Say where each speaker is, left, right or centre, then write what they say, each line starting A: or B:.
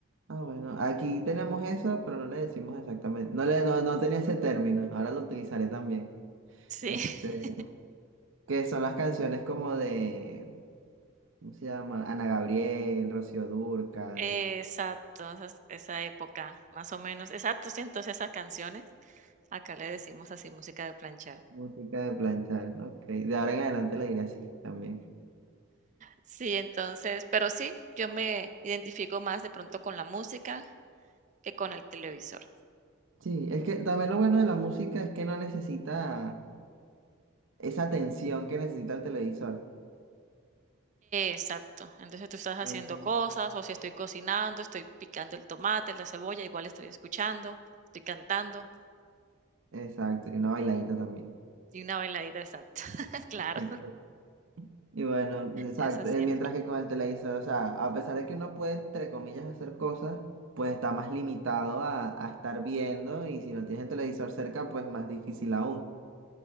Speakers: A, on the right; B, on the right.
A: Ah, bueno, aquí tenemos eso, pero no le decimos exactamente. No le, no, no tenía ese término, ahora lo utilizaré también.
B: Sí,
A: Este,
B: <laughs>
A: que son las canciones como de, ¿cómo se llama? Ana Gabriel, Rocío Dúrcal,
B: exacto, esa, esa época, más o menos. Exacto, sí, entonces esas canciones, acá le decimos así música de planchar.
A: música de planchar. Ok, de ahora en adelante la iré así también.
B: Sí, entonces, pero sí, yo me identifico más de pronto con la música que con el televisor.
A: Sí, es que también lo bueno de la música es que no necesita esa atención que necesita el televisor.
B: Exacto. Entonces tú estás haciendo
A: Entonces,
B: cosas, o si estoy cocinando, estoy picando el tomate, la cebolla, igual estoy escuchando, estoy cantando
A: exacto, y una bailadita también.
B: y una bailadita, exacto. <laughs> Claro.
A: <laughs> Y bueno, exacto,
B: Eso siempre.
A: eh, mientras que con el televisor, o sea, a pesar de que uno puede, entre comillas, hacer cosas, pues está más limitado a, a estar viendo y si no tienes el televisor cerca, pues más difícil aún.